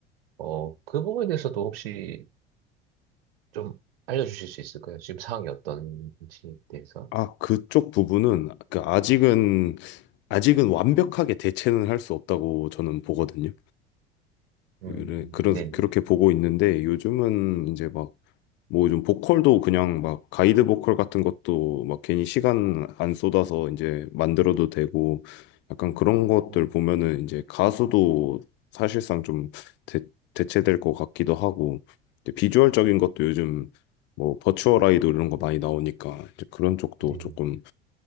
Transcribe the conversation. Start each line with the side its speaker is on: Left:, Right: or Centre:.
Right: 어, 그 부분에서도 혹시 좀 알려주실 수 있을까요? 지금 상황이 어떤지 대해서?
Left: 아, 그쪽 부분은 그 아직은 아직은 완벽하게 대체는 할 수 없다고 저는 보거든요.
Right: 음,
Left: 그래, 그런,
Right: 네네.
Left: 그렇게 보고 있는데 요즘은 이제 막 뭐 좀 보컬도 그냥 막 가이드 보컬 같은 것도 막 괜히 시간 안 쏟아서 이제 만들어도 되고 약간 그런 것들
Right: 음,
Left: 보면은 이제 가수도 사실상 좀 대, 대체될 것 같기도 하고 이제 비주얼적인 것도 요즘 뭐 버추얼 아이돌 이런 거 많이 나오니까 이제 그런 쪽도
Right: 네네.
Left: 조금